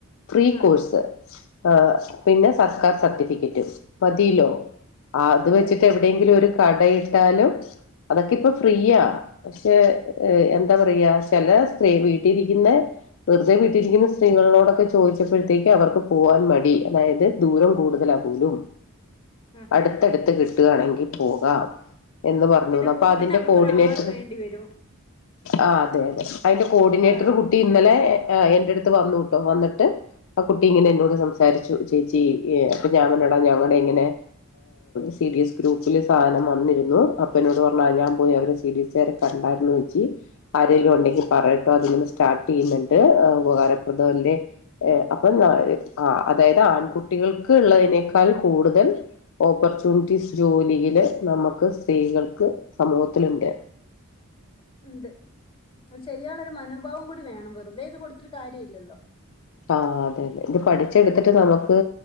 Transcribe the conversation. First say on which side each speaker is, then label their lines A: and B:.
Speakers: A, on the left; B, on the left.
A: ഫ്രീ
B: ആഹ്
A: കോഴ്സ് ആ പിന്നെ സർക്കാർ സർട്ടിഫിക്കറ്റ് മതിലോ? അത്
B: അതെ
A: വെച്ചിട്ട് എവിടെയെങ്കിലും ഒരു കട ന്നാലും അതൊക്കെ ഇപ്പൊ ഫ്രീയാ പക്ഷെ എന്താ പറയാ ചെല സ്ത്രീ വീട്ടിരിക്കുന്ന വെറുതെ വീട്ടിലിരിക്കുന്ന സ്ത്രീകളിനോടൊക്കെ ചോദിച്ചപ്പഴ്ത്തേക്ക് അവർക്ക് പോവാൻ മടി. അതായത് ദൂരം കൂടുതലാകൂലും
B: ആഹ്
A: അടുത്തടുത്ത്
B: ആഹ്
A: കിട്ടുകാണെങ്കി പോകാം എന്ന് പറഞ്ഞൂന്നു
B: പിന്നെ
A: അപ്പൊ
B: കൂട്ടിന്
A: അതിന്റെ
B: അവർക്ക്
A: കോർഡിനേറ്റർ
B: ഒരാള് വേണ്ടി വരും
A: ആ അതെ അതെ അതിന്റെ കോർഡിനേറ്റർ
B: ആഹ്
A: കുട്ടി ഇന്നലെ അ എന്നെ എ അടുത്ത് വന്നുട്ടോ വന്നിട്ട് ആ കുട്ടി ഇങ്ങനെ എന്നോട് സംസാരിച്ചു. ചേച്ചി അപ്പൊ ഞാൻ പറഞ്ഞടാ ഞങ്ങളുടെ ഇങ്ങനെ സി ഡി എസ് ഗ്രൂപ്പിൽ സാധനം വന്നിരുന്നു അപ്പ എന്നോട് പറഞ്ഞ ഞാൻ പോയി അവരെ സി ഡി എസ് വരെ കണ്ടായിരുന്നു ചേച്ചി ആരെലും ഉണ്ടെങ്കിൽ പറയട്ടോ അതിൽ നിന്ന് സ്റ്റാർട്ട് ചെയ്യുന്നുണ്ട് ഉപകാരപ്പെടാ ഇല്ലെന്ന് അപ്പൊ ഞാൻ ആഹ്. അതായത് ആൺകുട്ടികൾക്ക് ഉള്ളതിനേക്കാൾ കൂടുതൽ ഓപ്പർച്യൂണിറ്റീസ് ജോലിയില് നമുക്ക് സ്ത്രീകൾക്ക് സമൂഹത്തിലുണ്ട്.
B: ഉണ്ട് ചെയ്യ <unintelligible> മനോഭാവം കൂടി വേണം വെറുതെ ഇത് കൊടുത്തൊരു കാര്യം ഇല്ലല്ലോ.
A: ആ അതെ അതെ ഇത് പഠിച്ചെടുത്തിട്ട് നമുക്ക്